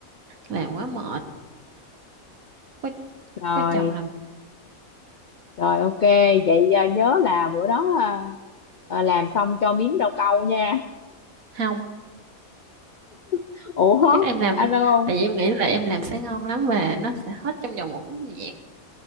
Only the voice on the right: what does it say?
làm quá mệt có
có chồng làm
không
chắc em làm
tại vì em nghĩ là em làm sẽ ngon lắm và nó sẽ hết trong vòng một nốt nhạc